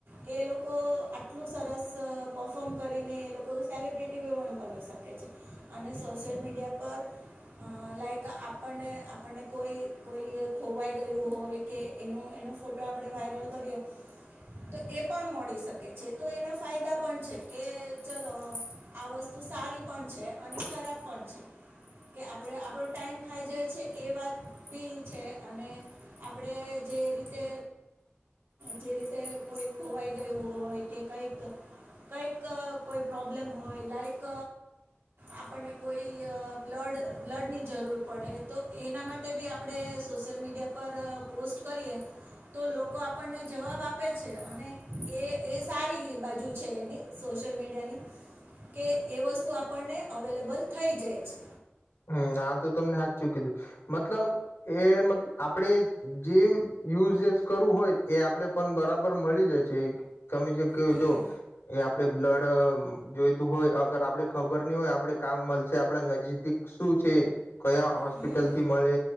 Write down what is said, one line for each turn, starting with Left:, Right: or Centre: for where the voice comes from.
Right: કે એ લોકો આટલું સરસ પફોમ કરીને એ લોકો સેલિબ્રિટી પણ બની શકે છે અને સોશિયલ મીડિયા પર લાઈક આપણને આપણને કોઈ કોઈ ખોવાઈ ગયું હોય કે એનો એનો ફોટો આપણે વાયરલ કરીએ તો એ પણ મળી શકે છે, તો એના ફાયદા પણ છે કે ચલો આ વસ્તુ સારી પણ છે અને ખરાબ પણ છે કે આપણે આપણો ટાઈમ ખાઈ જાય છે એ વાત બી છે અને આપણે જે રીતે જે રીતે કોઈ ખોવાઈ ગયું હોય કે કંઈક કંઈક કોઈ પ્રોબ્લેમ હોય લાઈક આપણને કોઈ બ્લડ બ્લડની જરૂર પડે તો એના માટે બી આપણે સોશિયલ મીડિયા પર પોસ્ટ કરીએ તો લોકો આ આપણને જવાબ આપે છે અને એ એ સારી બાજુ છે એની સોશિયલ મીડિયાની કે એ વસ્તુ આપણને અવેલેબલ થઈ જાય છે.
Left: હુ આ તો તમને હાથચૂ કીધું મતલબ એ મ આપણેે જે યુઝસ કરવું હોય એ આપણેે પણ બરાબર મળી જાય છે. તમે જે કયો
Right: હમ
Left: તો, એ આપ આપણે બ્લડ જોઈતું હોય અગર આપડે ખબર નહી હોય આપણે કામ મળશે આપડા નજીદીક શું છે કયા હોસ્પિટલ
Right: હમ
Left: થી મળે